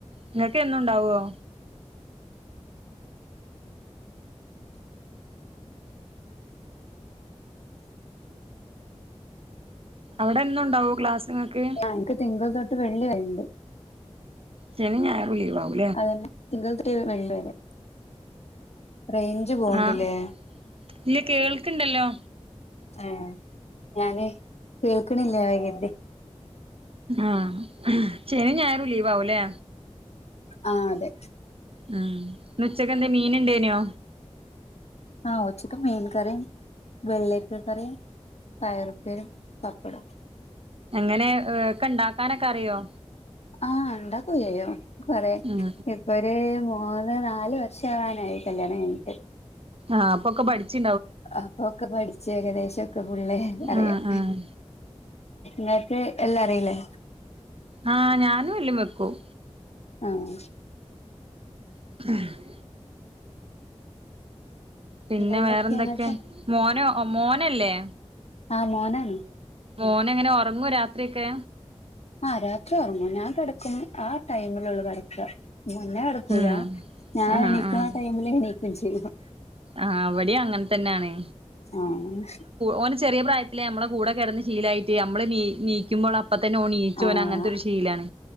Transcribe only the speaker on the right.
ഇങ്ങക്ക് എന്നുണ്ടാവോ? അവ്ടെന്നുണ്ടാവോ ക്ലാസ്സ് ഇങ്ങക്ക്?
ശനിം ഞായറും ലീവാവും.
ആഹ് ഇല്ല കേൾക്കണ്ടല്ലോ
ആഹ് ശനി, ഞായറും ലീവ് ആവൂല്ലേ
ഉം ഉച്ചക്കെ എന്താ മീൻ ഉണ്ടേനോ
എങ്ങനെ ഒക്കെ ഉണ്ടാക്കാനൊക്കെ അറിയോ
ഉം
ആഹ്പ്പൊക്കെ പഠിച്ചു
ആഹ് ആഹ്
ആഹ് ഞാനും എല്ലും വെക്കും
ആഹ് പിന്നെ
വേറെ എന്തൊക്കെ
മോന മോനല്ലേ
മോന എങ്ങനെ ഉറങ്ങുവോ രാത്രിയൊക്കെ
ഉം
ആഹ്
ആഹ്
ആഹ് ഇവിടീം അങ്ങനെ തന്നെയാണ്
ഓന് ചെറിയ പ്രായത്തിലേ അമ്മള കൂടെ കടന്ന് ശീലായിട്ട് നമ്മള് നീ നീക്കുമ്പോൾ അപ്പ തന്നെ ണീച്ചോന
അങ്ങനത്തെ ഒരു ശീലാണ്